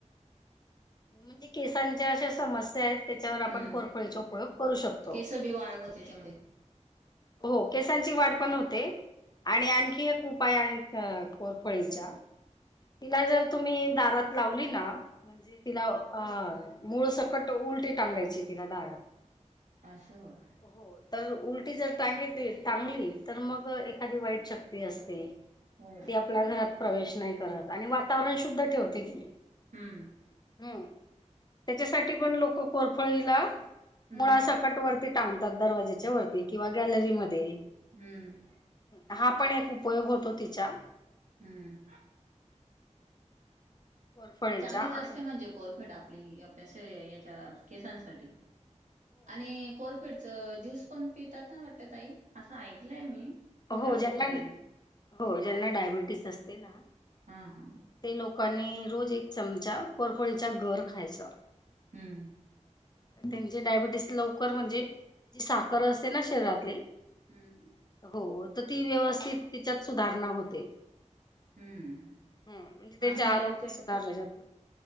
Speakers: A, on the left (about 35°); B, on the right (about 75°).
A: म्हणजे केसांच्या अशा समस्या आहेत त्याच्यावर आपण
B: हम्म
A: कोरफळीचा उपयोग करू शकतो.
B: केस बी वाळव त्याच्यामध्ये
A: हो, केसांची वाढ पण होते आणि आणखी एक उप उपाय आहेत कोरफळीच्या तिला जर तुम्ही दारात लावली ना म्हणजे तिला अ मूळसकट उलटी टांगायची, तिला दारात.
B: असं, होय.
A: हो, तर उलटी जर टांगेतली टांगली, तर मग एखादी वाईट शक्ती असते.
B: होयं.
A: ती आपल्या घरात प्रवेश नाही करत. आणि वातावरण शुद्ध ठेवते ती,
B: हम्म
A: हम्. त्याच्यासाठी पण लोक कोरफळीला
B: हम्म
A: मुळासकटवरती टांगतात दरवाज्याच्या वरती किंवा गॅलरीमध्ये.
B: हम्म.
A: हा, पण एक उपयोग होतो तिचा.
B: हम्म.
A: कोरफळीचा
B: चांगलीचं
A: आणि
B: असते म्हणजे कोरफड, आपली आपल्या याच्या केसांसाठी. आणि कोरफडच ज्यूस पण पितात ना, वाटतं. आई, असं ऐकलंय मी. फोर
A: हो ज्यांना-हो
B: फिफ्टी जी.
A: ज्यांना, डायबिटीस असते ना.
B: हा-हा.
A: ते लोकांनी रोज एक चमचा कोरफळीचा घर खायचा.
B: हम्म.
A: त्यांचे डायबिटीस लवकर म्हणजे जी साखर असते ना शरीरातली
B: हम्म.
A: होतर ती व्यवस्थित तिच्यात सुधारणा होते.
B: हम्म
A: हम, म्हणजे त्यांचं
B: आम्ही
A: आरोग्य
B: आमच्या
A: सुधारलं जात.